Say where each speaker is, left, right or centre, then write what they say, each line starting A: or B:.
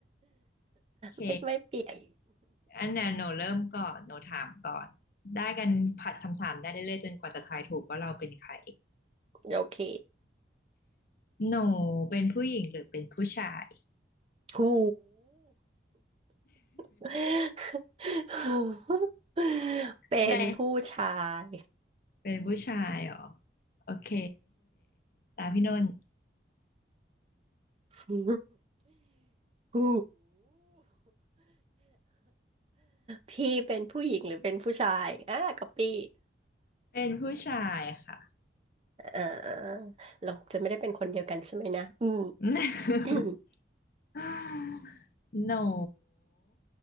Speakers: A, on the left; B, on the right.
A: โอเค
B: ไม่ไม่เปลี่ยน
A: อันเนี้ยหนูเริ่มก่อนหนูถามก่อนได้กันผัดคำถามได้เรื่อยๆจนกว่าจะทายถูกว่าเราเป็นใคร
B: <laughs> โอเค
A: หนูเป็นผู้หญิงหรือเป็นผู้ชาย
B: หู <laughs> หู
A: <laughs>
B: เป็นผู้ชาย
A: ในเป็นผู้ชายเหรอโอเคตามพี่นุ่นท์
B: <laughs> หูพี่เป็นผู้หญิงหรือเป็นผู้ชายอ่ะก๊อปปี้
A: เป็นผู้ชายค่ะ
B: เออเราจะไม่ได้เป็นคนเดียวกันใช่ไหมนะอืม
A: <laughs>
B: <coughs>
A: <laughs> หนู